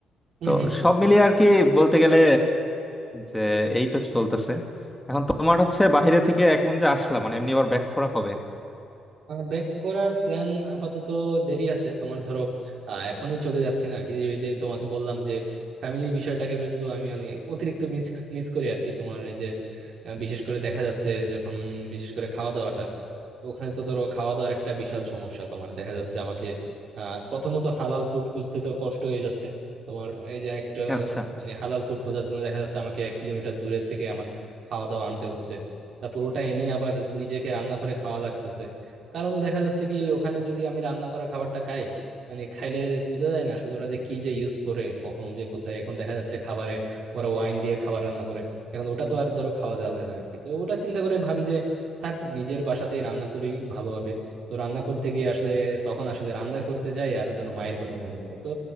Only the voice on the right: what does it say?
হম
হম
ব্যাক করার প্ল্যান আপাতত দেরি আছে তোমার ধরো আহ, এখনই চলে যাচ্ছি না আরকি এই যে তোমাকে বললাম যে ফ্যামিলি বিষয়টাকে বন্ধু আমি মানে অতিরিক্ত মিস মিস করি আর কি তোমার এই যে আহ, বিশেষ করে দেখা যাচ্ছে যখন বিশেষ করে খাওয়া দাওয়াটা ওখানে তো ধরো খাওয়া দাওয়ার একটা বিশাল সমস্যা তোমার দেখা যাচ্ছে আমাকে আহ প্রথমত হালাল ফুড খুঁজতে তো কষ্ট হয়ে যাচ্ছে তোমার এই যে একটা
মানে হালাল ফুড খোঁজার জন্য দেখা যাচ্ছে আমাকে এক কিলোমিটার দূরের থেকে আমার খাওয়া দাওয়া আনতে হচ্ছে তারপর ওটা এনে আবার নিজেকে রান্না করে খাওয়া লাগতেছে কারণ দেখা যাচ্ছে কি ওখানে যদি আমি রান্না করা খাবারটা খাই মানে খাইলে বোঝা যায় না আসলে ওরা যে কি যে ইউজ করে কখন যে কোথায় এখন দেখা যাচ্ছে খাবারে ওরা ওয়াইন দিয়ে খাবার রান্না করে এখন ওটা তো আর ধরো খাওয়া যাবে না আর কি তো ওটা চিন্তা করে ভাবি যে থাক নিজের বাসাতেই রান্না করি ভালোভাবে তো রান্না করতে গিয়ে আসলে তখন আসলে রান্না করতে যাই আর ধরো মায়ের কথা মনে পড়ে তো